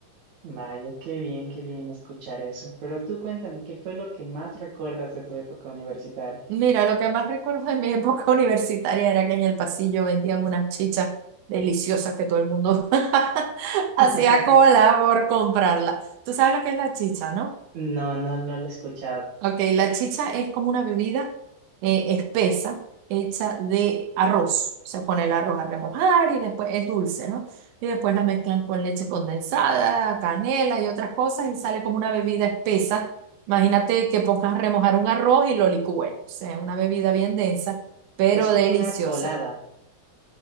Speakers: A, on the right; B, on the right.
A: Vaya, qué bien, qué bien escuchar eso. Pero tú cuéntame, ¿qué fue lo que más recuerdas de tu época universitaria?
B: Mira, lo que más recuerdo de mi <laughs> época universitaria era que en el pasillo vendían unas chichas deliciosas que todo el mundo <laughs> hacía
A: <laughs>
B: cola por comprarla. Tú sabes lo que es la chicha, ¿no?
A: No, no, no lo he escuchado.
B: Ok, la chicha es como una bebida eh, espesa hecha de arroz. Se pone el arroz a remojar y después es dulce, ¿no? Y después la mezclan con leche condensada, canela y otras cosas y sale como una bebida espesa. Imagínate que pongas a remojar un arroz y lo licúes. O sea, una bebida bien densa, pero
A: Es como
B: deliciosa.
A: una colada.